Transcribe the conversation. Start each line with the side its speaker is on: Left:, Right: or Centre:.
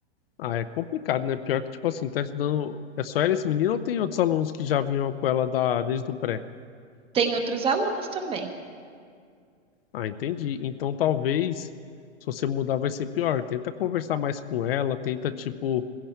Left: Ah, é complicado, né? Pior que, tipo assim, tá estudando. É só ela esse menino ou tem outros alunos que já vinham com ela da... desde o pré?
Right: Tem outros alunos também.
Left: Ah, entendi. Então talvez, se você mudar, vai ser pior. Tenta conversar mais com ela, tenta, tipo.